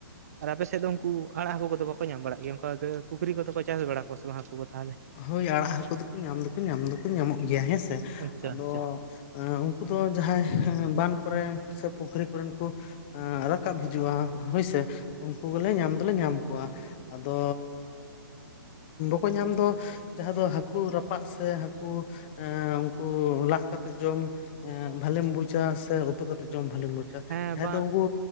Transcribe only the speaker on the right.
ᱟᱨ ᱟᱯᱮ ᱥᱮᱫ ᱫᱚ ᱩᱱᱠᱩ ᱟᱲᱟᱜ ᱦᱟᱹᱠᱳ ᱠᱚ ᱫᱚ ᱵᱟᱠᱚ ᱧᱟᱢ ᱵᱟᱲᱟᱜ ᱜᱮᱭᱟ ᱚᱱᱠᱟ ᱯᱩᱠᱷᱨᱤ ᱠᱚ ᱫᱚ ᱠᱚ ᱪᱟᱥ ᱵᱟᱲᱟ ᱠᱚᱣᱟ ᱥᱮ ᱵᱟᱝ ᱦᱟᱹᱠᱩ ᱠᱚ ᱛᱟᱦᱚᱞᱮ
ᱟᱪᱪᱷᱟ
ᱟᱪᱪᱷᱟ
ᱦᱮᱸ
ᱵᱟᱝ